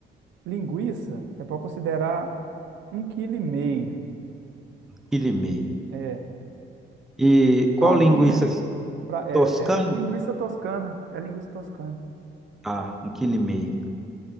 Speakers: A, on the right; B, in the centre.
A: Linguiça, você pode considerar 1,5 kg.
B: quilo e meio.
A: É.
B: E qual
A: Fraldinha,
B: linguiça assim?
A: fra- é,
B: Toscana?
A: é linguiça toscana. É linguiça toscana.
B: Ah, um quilo e meio.